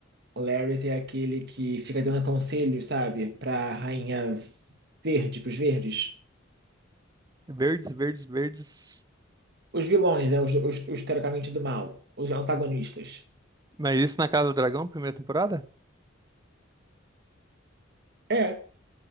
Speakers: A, on the right; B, on the right.
A: O Larry's é aquele que fica dando conselhos, sabe? Pra rainha verde, pros verdes.
B: Verdes, verdes, verdes.
A: Os vilões, né? Os, os, os teoricamente do mal. Os antagonistas.
B: Mas isso na Casa do Dragão, primeira temporada?
A: É,